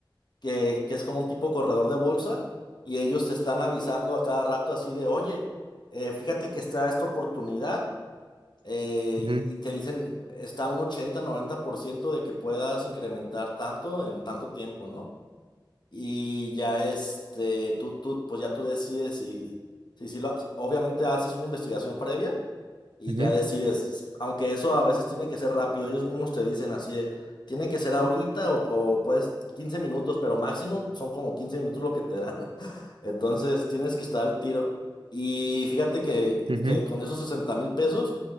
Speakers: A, on the left (about 60°); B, on the right (about 85°).
A: que, que es como un tipo corredor de bolsa, y ellos te están avisando a cada rato así de, oye, eh, fíjate que está esta oportunidad, eh,
B: ujú,
A: y y te dicen, está un ochenta noventa por ciento de que puedas incrementar tanto en tanto tiempo, ¿no? Y ya este, tú, tú, pues ya tú decides si, si, si lo, obviamente haces una investigación previa y
B: ujú,
A: ya decides, aunque eso a veces tiene que ser rápido, ellos mismos te dicen así de, tiene que ser ahorita o, o puedes 15 minutos, pero máximo son como 15 minutos lo que te dan, <laughs> entonces tienes que estar al tiro. Y fíjate que,
B: ujú,
A: que con esos sesenta mil pesos,